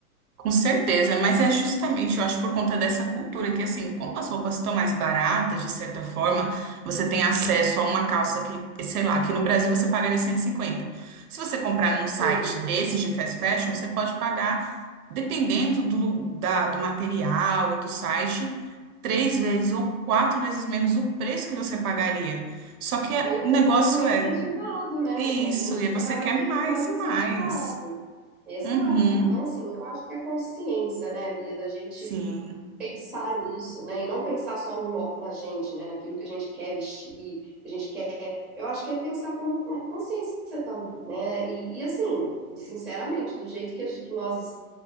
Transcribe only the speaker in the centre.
Sim.
Aí o
consumo
é
incentivado, né?
O consumo fica
cada
vez
mais
incentivado.
Exato.
Então, assim, eu acho que é consciência, né, Bia, da gente
pensar nisso, né? E não pensar só no nó- na gente, né? Naquilo que a gente quer vestir, que a gente quer. Eu acho que é pensar como con- consciência também, né? E, e, assim, sinceramente, do jeito que, a gente- que nós